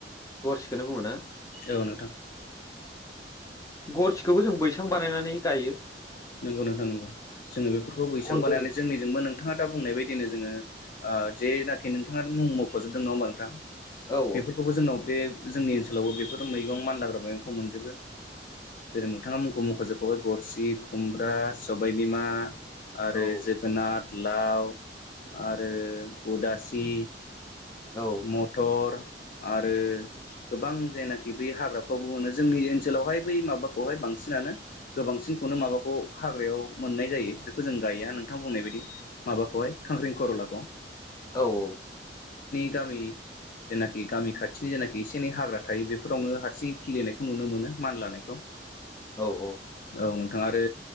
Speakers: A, on the left; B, on the left.
A: गरसेखोननो बुङो ना?
B: औ नोंथां
A: गरसिखौबो जों बैसां बानायनानै गायो
B: नोंगौ नोंथां नंगौ जोङो बेफोरखौ बैसां
A: गरसि
B: बानायनानै जोंनिजोंबो नोंथाङा दा बुंनाय बायदिनो जोङो ओ जेनाखि नोंथाङा मुं मख'जोबदों नङा होमबा नोंथां
A: औ
B: बेफोरखौबो जोंनाव बे जोंनि ओनसोलावबो बेफोर मैगं मानलााग्रा मैगंखौ मोनजोबो जेरै नोंथाङा मुंखौ मख'जोबखाबाय गरसि खुमब्रा सबायबिमा आरो
A: औ
B: जोगोनाथ लाव आरो उदासि
A: औ
B: मटर आरो गोबां जायनाखि बे हाग्राफ्रावबो मोनो जोंनि ओनसोलावहाय बै माबाखौहाय बांसिनानो गोबांसिन खौनो माबाखौ हाग्रायाव मोननाय जायो बेखौ जों गायो नोंथां बुंनाय बायदि माबाखौहाय खांख्रिं खर'लाखौ
A: औ औ
B: जामि जेनाखि गामि खाथिनि जेनाखि एसे एनै हाग्रा थायो बेफोरावनो हारसिं खिलिनायखौ नुनो मोनो मानलानायखौ
A: औ औ
B: औ नोंथां आरो